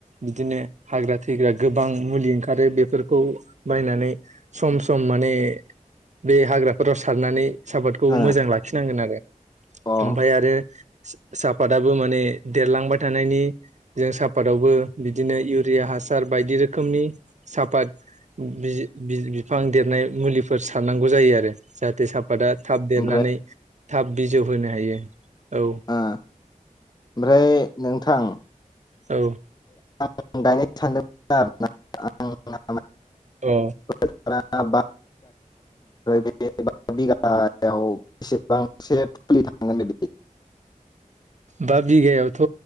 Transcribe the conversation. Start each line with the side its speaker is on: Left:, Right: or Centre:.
Right: बिदिनो हाग्रा थैग्रा गोबां मुलि ओंखारो बेफोरखौ बायनानै सम सम माने बे हाग्राफोराव सारनानै सापर्टखौ
Left: ओ अ
Right: मोजां लाखिनांगोन आरो
Left: औ
Right: ओमफ्राय आरो साफादाबो माने देरलांबाय थानायनि जों साफादावबो बिदिनो इउरिया हासार बायदि रोखोमनि साफात बि-बि-बिफां देरनाय मुलिफोर सारनांगौ जायो आरो। जाहाथे साफाादा थाब देरनानै
Left: ओमफ्राय
Right: थाब बिजौ होनो हायो। औ
Left: आ ओमफ्राय नोंथां
Right: औ
Left: आं गायनो सानदोंमोन आरो ना
Right: अ
Left: आं <unintelligible> बे <unintelligible> बिगायाव बेसेबांसो फुलि थानांगोन बिदि
Right: बा बिगायावथ'